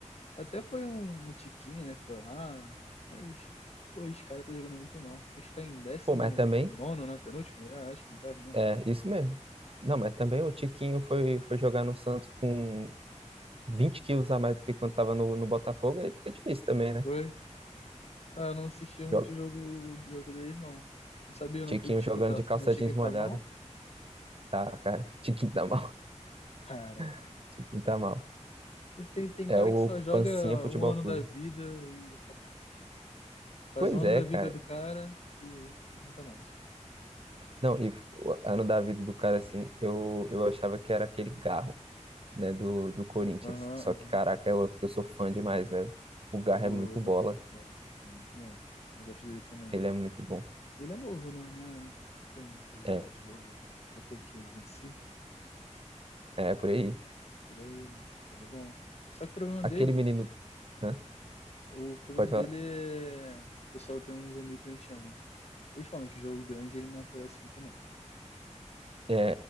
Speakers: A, on the left; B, on the right.
A: Até foi um, um tiquinho, né? Foi lá, mas, pô, os caras estão jogando muito mal. Acho que tá em décimo
B: Pô, mas também
A: nono, né? Penúltimo? É, acho que não tá, né?
B: é isso mesmo. Não, mas também o Tiquinho foi, foi jogar no Santos com 20 quilos a mais do que quando estava no, no Botafogo, aí fica difícil também, né?
A: Foi. Ah, eu não assisti muito
B: Joga-
A: o jogo, o jogo deles, não. Não sabia não
B: Tiquinho
A: que o tiquinho
B: jogando
A: tá,
B: de calça
A: meu tiquinho
B: jeans molhada.
A: tá mal?
B: Tá, cara. <laughs> Tiquinho tá mal.
A: Caraca.
B: <laughs> Tiquinho tá mal.
A: Esse Tem, tem
B: É
A: cara
B: o
A: que só joga
B: Pancinha Futebol
A: um ano
B: Clube.
A: da vida e acabou. Faz
B: Pois
A: um ano
B: é,
A: da
B: cara.
A: vida do cara e nunca mais.
B: Não, e f- o ano da vida do cara, assim, eu, eu achava que era aquele Garro, né, do, do Corinthians.
A: Aham,
B: Só
A: aham.
B: que, caraca, é outro que eu sou fã demais, velho. O Garro
A: Pô,
B: é muito
A: ele
B: bola.
A: é muito bom. Ele é muito bom. Eu gosto dele também.
B: Ele é muito bom.
A: E ele é novo, né? Não é, não tem muita idade.
B: É,
A: Ele deve ter o quê? Uns vinte e cinco
B: é por aí.
A: Por aí, né? Ele é bom. Só que o problema
B: Aquele
A: dele,
B: menino. Hã?
A: o problema
B: Pode
A: dele
B: falar.
A: é. O pessoal tem uns amigos corintianos, né? Eles falam que jogo grande ele não aparece muito, não.
B: É,